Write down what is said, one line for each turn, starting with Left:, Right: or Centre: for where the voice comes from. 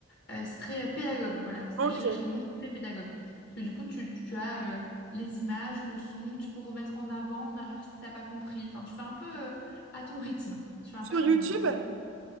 Left: Euh, c'est très euh, pédagogue, voilà. C'est
Right: Ok.
Left: chercher le mot, c'est très pédagogue. Parce que du coup, tu, tu as euh, les images, le son, tu peux remettre en avant, en arrière si t'as pas compris. Enfin, tu fais un peu euh, à ton rythme. Tu fais un
Right: Sur
Left: peu à
Right: YouTube?
Left: ton rythme. Ça, je-